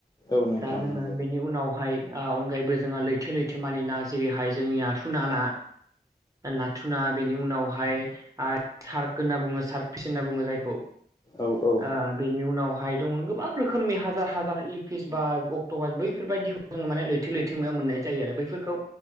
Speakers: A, on the left; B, on the right.
A: औ नोंथां
B: दा जोङो
A: नंगौ
B: बेनि उनावहाय ओ अनगायैबो जोंहा लैथो लैथो मानि ना जेरैहाय जोंनि आथु ना ना। नाथुना बेनि उनावहाय ओ सार्क होनना बुङो सार्क फिस होनना बुङो जायखौ।
A: औ औ
B: ओ बेनि उनावहाय दङ गोबां रोखोमनि हाजार हाजार एलपिस बा अक्ट'बास बैफोरबायदि जों माने लैथो लैथो मायाव मोननाय जायो आरो बैफोरखौ